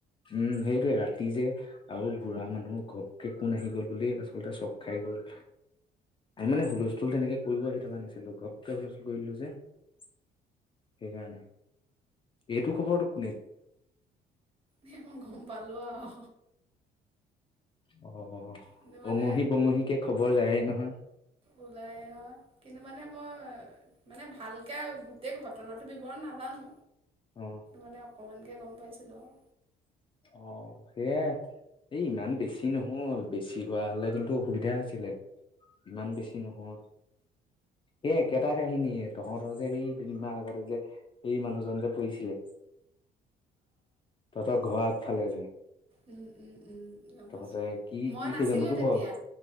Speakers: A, on the left; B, on the right.
A: উম সেইটোয়ে ৰা তি যে আৰু বুঢ়া মানুহ ঘপকে কোন আহি গ'ল বুলি আচলতে চখ খাই গ'ল আ মানে হুলস্থুল তেনেকে কৰিব আহি থকা নাছিলো ঘপকে হলো গলো যে সেইকাৰণে এইটো খবৰ তোক
B: এ মই গম পালো আও
A: অ
B: কিন্তু মানে
A: অঙহী বঙহীকে খবৰ যায়ে নহয়
B: ওলাই নহয় কিন্তু মানে মই মানে ভালকে আৰু গোটেই ঘটনাটো ব্যৱৰণ নাজানো
A: অ
B: মানে অকণমানকে গম পাইছিলো আও
A: অ সেয়াই এই ইমান বেছি নহ'ল বেছি হোৱা হ'লে কিন্তু অসুবিধা আছিলে ইমান বেছি নহল এই একেটা কাহিনীয়ে তহঁতৰ যে সেই দুদিন মান আগতে যে সেই মানুহজন যে পঢ়ছিলে তহঁতৰ ঘৰ আগফালে যে
B: উম, উম, উম, গম পাইছোঁ।
A: তহঁতে কি
B: মই
A: কি
B: নাছিলোঁ
A: সেইজনোতো
B: তেতিয়া।
A: ভয়